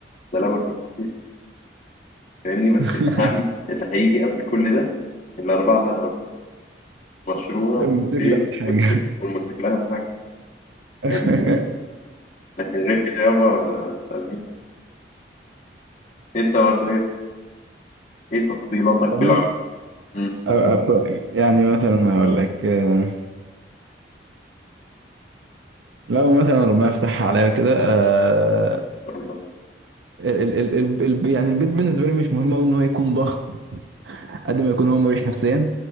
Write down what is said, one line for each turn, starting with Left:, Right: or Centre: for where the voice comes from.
Left: ده لو الفلوس كتير فاهمني بس
Right: <laughs>
Left: الأهم اللي هيجي قبل كل ده الأربعة اللي أنا قلتهم مشروع
Right: الموتوسيكل
Left: وبيت
Right: اول حاجه
Left: وموتوسيكل والموتوسيكل أهم حاجة
Right: <laughs>
Left: فاهمني لكن غير كده يابا ما تسألنيش أنت برضو إيه إيه تفضيلاتك
Right: اه
Left: في العمل؟ مم. إن
Right: أ- أ- يعني مثلا هقول لك آه، لو مثلا ربنا يفتحها عليا كده آه،
Left: شاء الله
Right: ال ال ال ال ال- يعني البيت بالنسبه لي مش مهم قوي ان هو يكون ضخم قد ما يكون هو مريح نفسيا